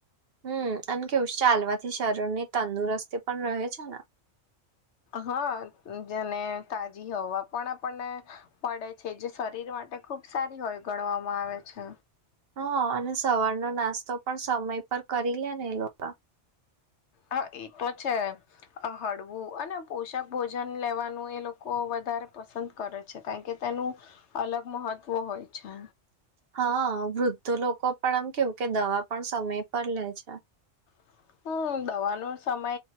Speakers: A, on the right (about 60°); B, on the left (about 70°).
A: હમ અન કેવું ચાલવાથી શરીર ની તંદુરસ્તી પણ રહે છે ને.
B: હા જેને તાજી હવા પણ આપણને પળે છે જે શરીર માટે ખુબ સારી હોય ગણવામાં આવે. છે.
A: હા અને સવારનો નાસ્તો પણ સમય પર કરી લે ને એ લોકો.
B: હા એ તો છે હળવું અને પોષક ભોજન લેવાનું એ લોકો વ વધારે પસંદ કરે છે કારણ કે તેનું અલગ મહત્વ હોય છે.
A: હા વૃદ્ધો લોકો પણ એમ કેવું કે દવા પણ સમય પર લે છે.
B: <inaudible> હમ દવાનો સમય